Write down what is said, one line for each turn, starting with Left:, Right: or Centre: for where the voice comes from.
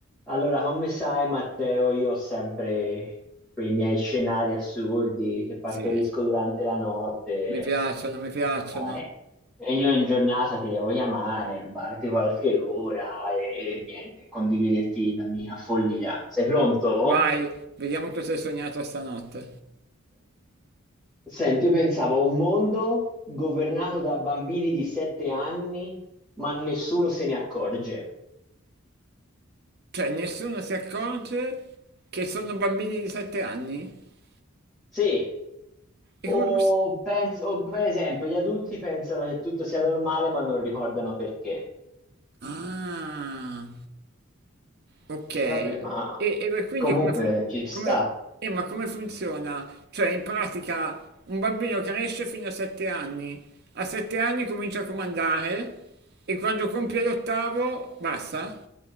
Centre: Allora, come sai, Matteo, io ho sempre quei miei scenari assurdi che partorisco
Right: Sì,
Centre: durante la notte,
Right: mi piacciono, mi piacciono.
Centre: sai. E io in giornata ti devo chiamare, rubarti qualche ora e, e niente, condividerti la mia follia. Sei pronto?
Right: Vai, vediamo cosa hai sognato stanotte.
Centre: Senti, io pensavo a un mondo governato da bambini di sette anni, ma nessuno se ne accorge.
Right: Cioè, nessuno si accorge che sono bambini di 7 anni?
Centre: Sì.
Right: E come
Centre: O,
Right: posso...
Centre: penso, o per esempio, gli adulti pensano che tutto sia normale, ma non ricordano perché.
Right: Ah, ok.
Centre: Dice,
Right: E,
Centre: vabbè, ma
Right: e quindi
Centre: comunque
Right: come, fun-
Centre: ci sta.
Right: come- eh, ma come funziona? Cioè, in pratica, un bambino cresce fino a 7 anni. A 7 anni comincia a comandare e quando compie l'ottavo, basta?